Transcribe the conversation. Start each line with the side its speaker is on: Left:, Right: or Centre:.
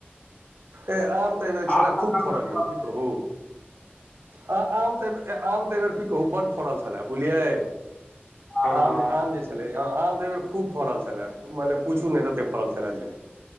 Right: ए आम तऽ एहि बेर छला
Left: आम लताम
Right: खूब फड़ल
Left: सब
Right: यौ की कहूं। अ आम तऽ एबेर आम तऽ एबेर की कहूं बड फड़ल छला बुझलियै
Left: हँ हँ
Right: आम जे आम जे छलै आम तऽ एहि बेर खूब फड़ल छलै मने पूछू ने तते फड़ल छलाए जे।